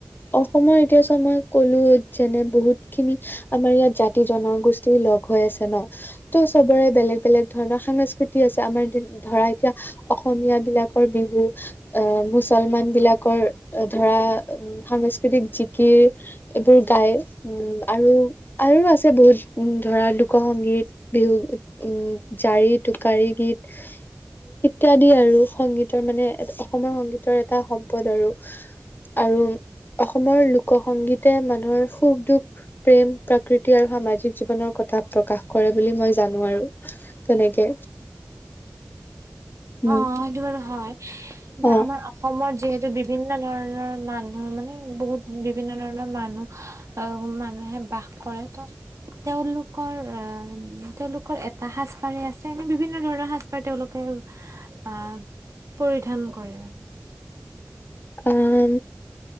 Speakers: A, on the left; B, on the right.
A: অসমৰ এতিয়া চ মই কলো যেনে বহুত খিনি আমাৰ ইয়াত জাতি জনগোষ্ঠী লগ হৈ আছে ন তো চবৰে বেলেগ ধৰণৰ সাংস্কৃতি আছে, আমাৰ ধৰা এতিয়া অসমীয়া বিলাকৰ বিহু আহ মুছলমান বিলাক কৰ ধৰা সাংস্কৃতিক জিকিৰ এইবোৰ গাই উম আৰু আৰু আছে বহুত ধৰা লোক সংগীত বিহুগীত উম জাৰি টোকাৰি গীত ইত্যাদি আৰু সংগীতৰ মানে অসমৰ সংগীতৰ এটা সম্পদ আৰু আৰু অসমৰ লোক সংগীতে মানুহৰ সুখ দুখ প্ৰেম প্ৰাকৃতি আৰু সামাজিক জীৱনৰ কথা প্ৰকাশ কৰে বুলি মই জানো আৰু তেনেকে উম
B: অ সেইটো বাৰু হয় নে
A: অ
B: আমাৰ যিহেতু বিভিন্ন ধৰণৰ মানুহ মানে বহুত বিভিন্ন ধৰণৰ মানুহ অ মানুহে বাস কৰে ত তেওঁলোকৰ আহ উম তেওঁলোকৰ এটা সাজ পাৰেই আছে এনে বিভিন্ন ধৰণৰ সাজ পাৰ তেওঁলোকে আহ পৰিধান কৰে মানে
A: আহ